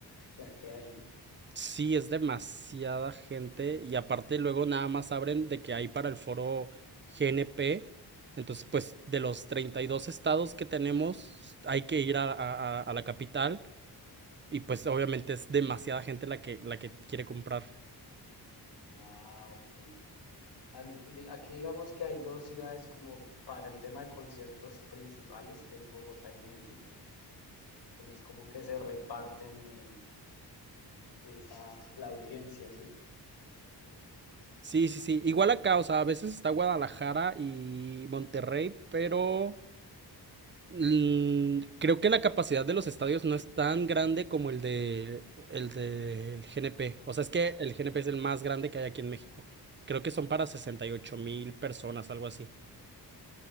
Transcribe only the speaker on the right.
Sí, es demasiada gente y aparte luego nada más abren de que hay para el foro GNP. Entonces, pues de los 32 estados que tenemos, hay que ir a, a- a- a la capital y pues obviamente es demasiada gente la que, la que quiere comprar.
Sí, sí, sí. Igual acá, o sea, a veces está Guadalajara y Monterrey, pero... Mm, Creo que la capacidad de los estadios no es tan grande como el de el del GNP. O sea, es que el GNP es el más grande que hay aquí en México. Creo que son para sesenta y ocho mil personas, algo así.